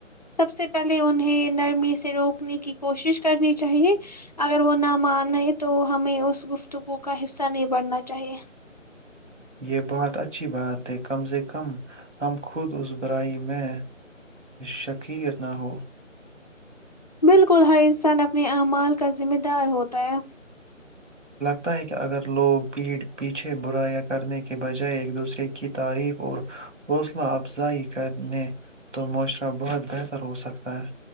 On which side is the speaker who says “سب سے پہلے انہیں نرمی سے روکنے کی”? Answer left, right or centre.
Left